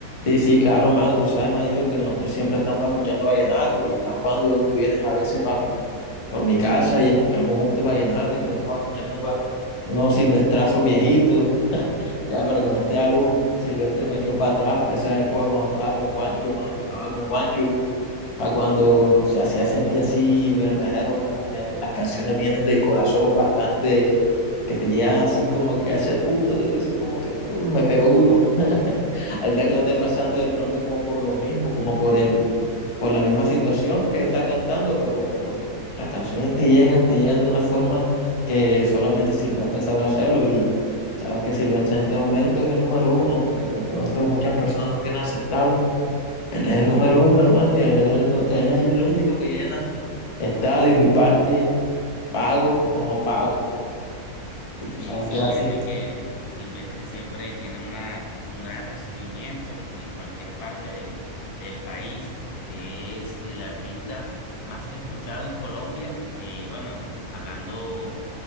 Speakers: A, on the left; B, on the left.
A: Sí, sí, claro, mano, tú sabes, manito, que nosotros siempre estamos escuchando vallenato y más cuando tú vienes a veces para mi, por mi casa y escuchamos juntos vallenato y podemos escuchar unos, va- unos silvestrazos viejitos. Ya, pero con este álbum Silvestre me echó para atrás, para esa época cuando estaba con Juancho, cuando tocaba con Juancho, para cuando se hacía sentir así verdadero, como que las canciones vienen del corazón bastante, que te llegan así como que a ese punto que tú dices como que "Uy, me pegó duro. <laughs> Ahorita que no esté pasando de pronto como por lo mismo, como por el, por la misma situación que está cantando, pero, pero las canciones te llegan, te llegan de una forma que solamente Silvestre sabe hacerlo y sabes que Silvestre en este momento es el número uno, aunque de pronto muchas personas no quieren aceptarlo. Él es el número uno, hermano, y él es el, nu- él es el único que llena estadios y parques, pago o no pago. Y tú
B: Sí,
A: sabes
B: sí,
A: que es así.
B: créeme que Silvestre siempre tiene una, un gran recibimiento en cualquier parte del, del país. Es el artista más escuchado en Colombia, eh, bueno, hablando